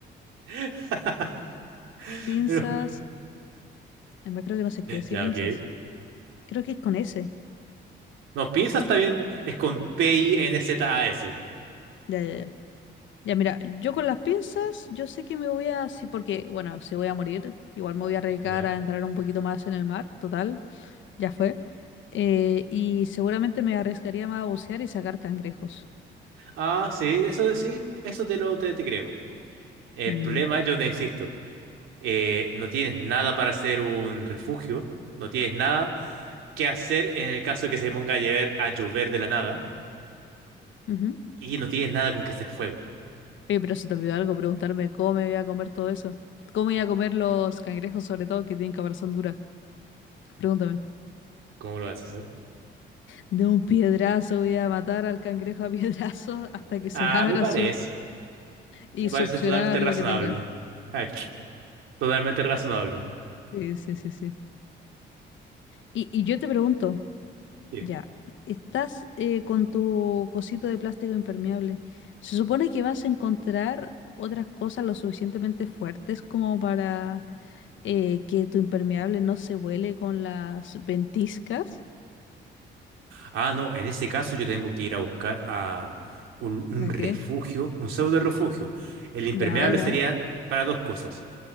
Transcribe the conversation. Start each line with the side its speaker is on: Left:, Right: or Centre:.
Right: <laughs>
Left: Pinzas,
Right: Pero-
Left: además creo que no se cría así,
Right: ya,
Left: pinzas.
Right: ok.
Left: Creo que es con ese.
Right: No, pinzas también es con P-I-N-Z-A-S.
Left: Ya, ya, ya. Ya, mira, yo con las pinzas, yo sé que me voy a, sí, porque, bueno, si voy a morir, igual me voy a arriesgar
Right: ya
Left: a entrar un poquito más en el mar, total, ya fue. Eh, y seguramente me arriesgaría más a bucear y sacar cangrejos.
Right: Ah, sí, eso sí, eso te lo te, te creo. El
Left: Mm,
Right: problema, es, yo te insisto, eh, no tienes nada para hacer un refugio, no tienes nada que hacer en el caso de que se ponga a llover, a llover de la nada,
Left: ujú.
Right: y no tienes nada con que hacer fuego.
Left: Oye, pero se te olvidó algo, preguntarme cómo me voy a comer todo eso. ¿Cómo voy a comer los cangrejos, sobre todo, que tienen caparazón dura? Pregúntame.
Right: ¿Cómo lo vas a hacer?
Left: De un piedrazo voy a matar al cangrejo a <laughs> piedrazo hasta que se
Right: Ah,
Left: abra
Right: me parece,
Left: su... y
Right: me
Left: succionar
Right: parece totalmente razonable.
Left: lo que tenga.
Right: Ay, totalmente razonable.
Left: Sí, sí, sí, sí. Y, y yo te pregunto,
Right: Dime.
Left: Ya, estás eh, con tu cosito de plástico impermeable. Se supone que vas a encontrar otras cosas lo suficientemente fuertes como para eh, que tu impermeable no se vuele con las ventiscas.
Right: Ah, no, en este caso yo tengo que ir a buscar a un, un
Left: ¿A
Right: refugio,
Left: qué?
Right: un pseudo refugio. El impermeable
Left: Ya, ya,
Right: sería para dos cosas.